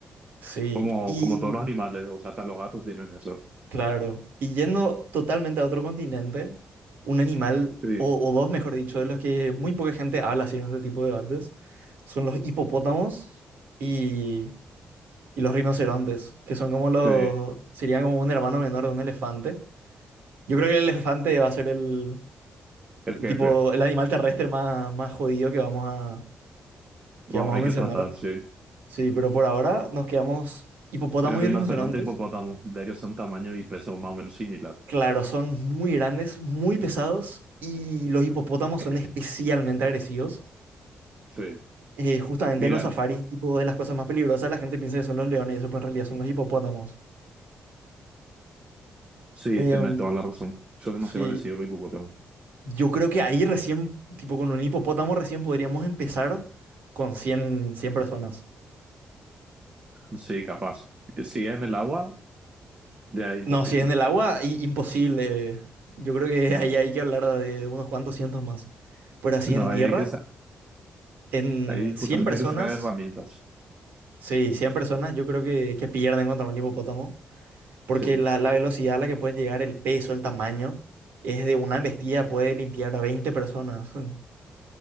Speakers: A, on the right (about 80°); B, on the right (about 40°).
A: Sí.
B: como,
A: Y
B: como todos los animales, o sea, hasta los gatos tienen eso.
A: Claro. Y yendo totalmente a otro continente, un animal,
B: Sí,
A: o, o dos, mejor dicho, de los que muy poca gente habla así en este tipo de debates, son los hipopótamos y, y los rinocerontes, que son como los,
B: sí,
A: serían como un hermano menor de un elefante. Yo creo que el elefante va a ser el,
B: el
A: el
B: jefe,
A: tipo, el animal terrestre más, más jodido que vamos a,
B: Bueno,
A: que vamos
B: hay
A: a
B: que
A: mencionar.
B: tratar, sí.
A: Sí, pero por ahora nos quedamos hipopótamos
B: El rinoceronte
A: y rinocerontes.
B: y hipopótamo, de ellos son tamaño y peso más o menos similar.
A: Claro, son muy grandes, muy pesados y los hipopótamos
B: Eh,
A: son especialmente agresivos.
B: Sí,
A: Eh, justamente
B: mira,
A: en los safaris, tipo de las cosas más peligrosas, la gente piensa que son los leones y eso, pero en realidad son los hipopótamos.
B: sí,
A: Em,
B: tenés toda la razón. Son demasiado
A: sí,
B: agresivos los hipopótamos.
A: yo creo que ahí recién, tipo con un hipopótamo recién podríamos empezar con cien cien personas.
B: Sí, capaz. Que si en el agua, ya es imposible.
A: No, si es en el agua, i- imposible. Yo creo que ahí hay que hablar de unos cuantos cientos más. Pero así
B: No,
A: en
B: ahí
A: tierra,
B: hay que sa-
A: en
B: ahí justamente
A: 100 personas.
B: hay que sacar herramientas.
A: Sí, 100 personas yo creo que, que pierden contra un hipopótamo, porque
B: Sí,
A: la, la velocidad a la que pueden llegar, el peso, el tamaño, es de una embestida, puede limpiar a veinte personas. <laughs>